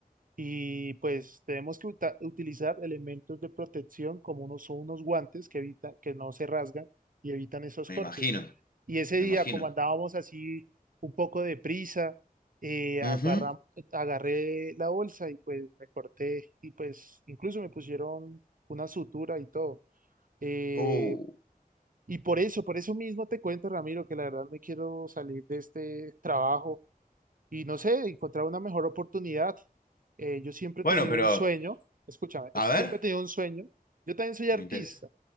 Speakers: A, on the right (about 65°); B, on the left (about 70°).
A: Y pues tenemos que uta- utilizar elementos de protección como unos, son unos guantes que evitan, que no se rasgan y evitan esos
B: Me
A: cortes.
B: imagino,
A: Y ese
B: me
A: día,
B: imagino.
A: como andábamos así un poco de prisa, eh,
B: Ujú.
A: agarra- agarré la bolsa y pues me corté y pues incluso me pusieron una sutura y todo. Eh,
B: Uh,
A: y por eso, por eso mismo te cuento, Ramiro, que la verdad me quiero salir de este trabajo y no sé, encontrar una mejor oportunidad. Eh, yo siempre
B: Bueno,
A: he tenido
B: pero,
A: un sueño, escúchame,
B: a
A: es-
B: ver,
A: siempre he tenido un sueño. Yo también soy artista,
B: me interesa.